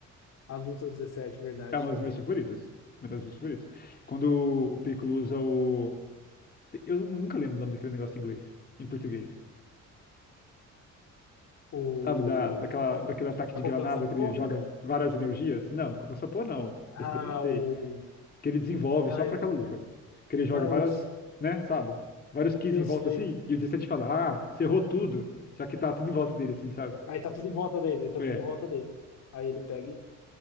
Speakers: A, on the left; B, on the left.
A: A Luta dezessete verdade,
B: é uma
A: também.
B: das minhas favoritas. Uma das minhas favoritas. Quando o Piccolo usa o. Eu nunca lembro o nome daquele negócio em inglês, em português.
A: O...
B: Sabe, da, daquela, daquele ataque
A: A
B: de
A: Kokan
B: granada
A: Sapor?
B: que ele joga várias energias? Não, Kokusapo não.
A: Ah,
B: Esse daí eu sei.
A: o...
B: Que ele desenvolve
A: Ah,
B: só
A: eu
B: pra
A: não
B: aquela luta.
A: lembro.
B: Que ele joga
A: Não,
B: várias,
A: eu, se-
B: né, sabe? Vários keys
A: eu
B: em volta
A: sei.
B: assim, e o 17 fala, ah, você errou tudo. Só que tá tudo em volta dele, assim, sabe?
A: Aí tá tudo em volta dele, tá
B: É.
A: tudo em volta dele. Aí ele pega e,